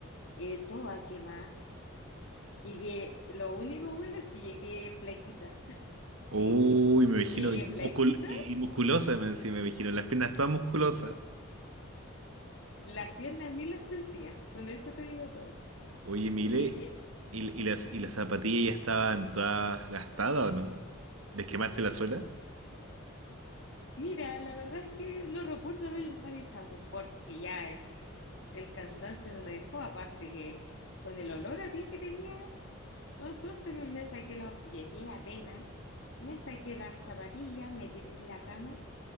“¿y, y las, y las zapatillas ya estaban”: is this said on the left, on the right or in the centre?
Right